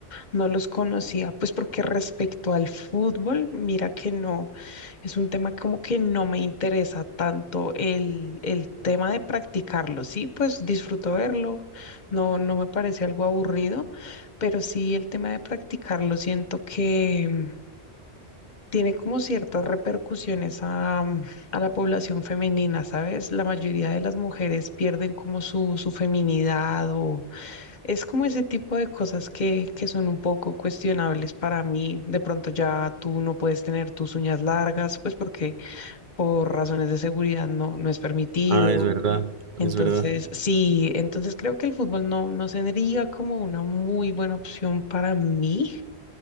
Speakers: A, on the left (about 45°); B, on the right (about 55°).
A: no los conocía. Pues porque respecto al fútbol, mira que no. Es un tema como que no me interesa tanto el, el tema de practicarlo. Sí, pues disfruto verlo, no, no me parece algo aburrido, pero sí el tema de practicarlo siento que mm, tiene como ciertas repercusiones a, mm, a la población femenina, ¿sabes? La mayoría de las mujeres pierden como su, su feminidad o es como ese tipo de cosas que, que son un poco cuestionables para mí. De pronto ya tú no puedes tener tus uñas largas, pues porque por razones de seguridad no, no es permitido.
B: Ah, es verdad,
A: Entonces,
B: es verdad.
A: sí, entonces creo que el fútbol no, no sería como una muy buena opción para mí,